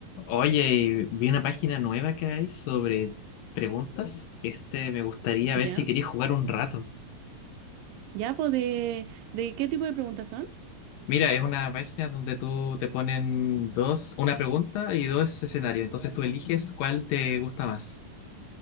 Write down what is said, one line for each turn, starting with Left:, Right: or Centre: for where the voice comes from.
Left: Oye, y vi una página nueva que hay sobre preguntas. Este, me gustaría
Right: ¿Ya?
Left: ver si querías jugar un rato.
Right: ¿Ya? Pues de, de qué tipo de preguntas son?
Left: Mira, es una página donde tú te ponen dos, una pregunta y dos escenarios. Entonces tú eliges cuál te gusta más.